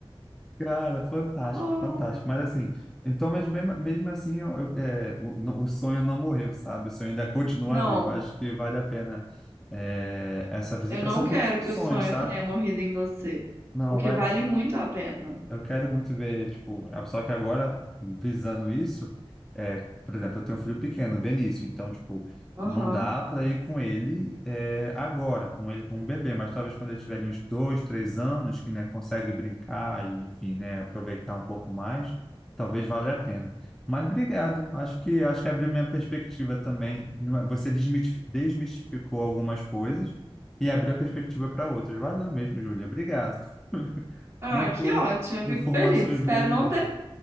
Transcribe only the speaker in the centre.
Cara, fantástico,
fantástico. Mas assim, então, mas mesmo, mesmo assim, eu- eu- é, o, não- o sonho não morreu, sabe? O sonho ainda continua
vivo. Acho que vale a pena, é, essa visitação,
porque é um
sonho,
sabe?
Não,
vale,
eu quero muito ver, tipo, a- só que agora, visando isso, é, por exemplo, eu tenho um filho pequeno, Benício, então, tipo,
não dá para ir com ele é, agora, com ele como bebê, mas talvez quando ele tiver ali uns dois, três anos, que, né, consegue brincar e, enfim, né, aproveitar um pouco mais, talvez valha a pena. Mas obrigado, acho que, acho que abriu minha perspectiva também. Não é- Você desmiti- desmistificou algumas coisas e abriu a perspectiva para outras. Valeu mesmo, Júlia, obrigado. <laughs>
Não
foram
Informações
ruins,
não.